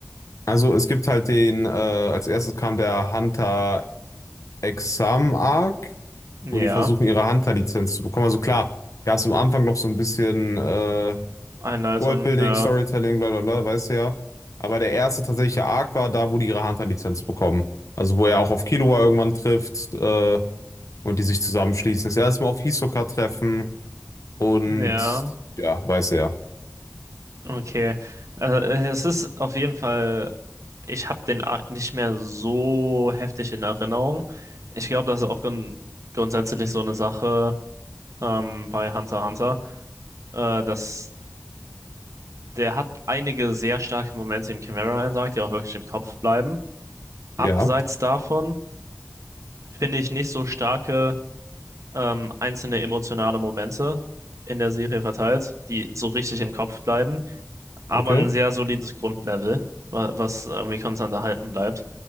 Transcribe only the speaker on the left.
also es gibt halt den, äh, als erstes kam der Hunter Exam Arc.
wo die versuchen, ihre Hunter-Lizenz zu bekommen. Also klar, ganz am Anfang noch so ein bisschen äh,
Worldbuilding,
Storytelling, bla bla bla, weißt du ja. Aber der erste tatsächliche Arc war da, wo die ihre Hunter-Lizenz bekommen. Also wo er auch auf Killua irgendwann trifft äh, und die sich zusammenschließen. Das erste Mal auf Hisoka treffen und
ja, weiß er.
Ja, Ja,
okay,